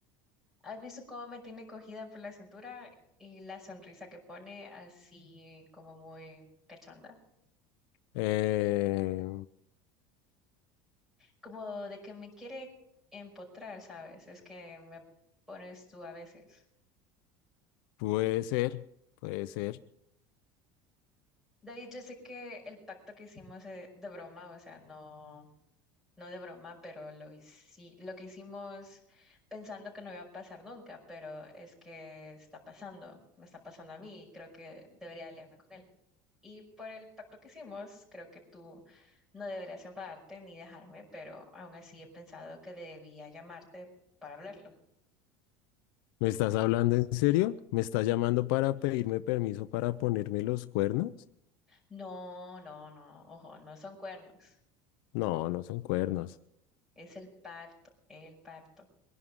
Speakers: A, in the centre; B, on the left (about 65°).
A: ¿Has visto cómo me tiene cogida por la cintura y la sonrisa que pone así como muy cachonda?
B: Eh,
A: Como de que me quiere empotrar, ¿sabes? Es que me pones tú a veces.
B: puede ser, puede ser.
A: David, yo sé que el pacto que hicimos eh, de broma, o sea, no, no de broma, pero lo hici- lo que hicimos pensando que no iba a pasar nunca, pero es que está pasando, me está pasando a mí y creo que debería aliarme con él. Y por el pacto que hicimos, creo que tú no deberías enfadarte ni dejarme, pero aún así he pensado que debía llamarte para hablarlo.
B: ¿Me estás hablando en serio? ¿Me estás llamando para pedirme permiso para ponerme los cuernos?
A: No, no, no, ojo, no son cuernos,
B: No, no son cuernos.
A: es el pacto, el pacto.